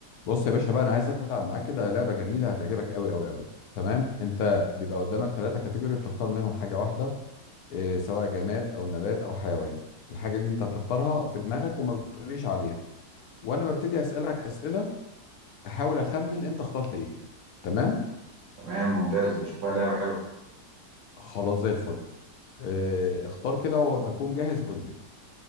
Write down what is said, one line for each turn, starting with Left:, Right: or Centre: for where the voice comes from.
Left: بص يا باشا بقى انا عايز العب معاك كده لعبه جميله هتعجبك قوي قوي قوي تمام انت بيبقى قدامك ثلاثه كاتيجوري بتختار منهم حاجه واحده إيه سواء جماد او نبات او حيوان الحاجه دي انت بتختارها في دماغك وما بتقوليش عليها وانا ببتدي اسالك اسئله احاول اخمن انت اخترت ايه تمام
Right: تمام ممتاز شكلها لعبة حلوة
Left: خلاص زي الفل إيه اختار كده وما اكون جاهز قول لي